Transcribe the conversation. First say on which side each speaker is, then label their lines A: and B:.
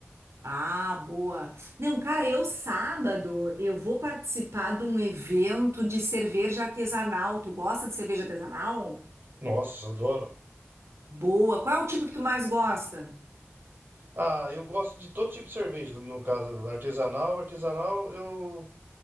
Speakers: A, on the right (about 85°); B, on the right (about 45°).
A: Ah, boa. Não, cara, eu sábado eu vou participar de um evento de cerveja artesanal. Tu gosta de cerveja artesanal?
B: Nossa, adoro.
A: Boa. Qual é o tipo que tu mais gosta?
B: Ah, eu gosto de todo tipo de cerveja, no caso, artesanal. Artesanal, eu,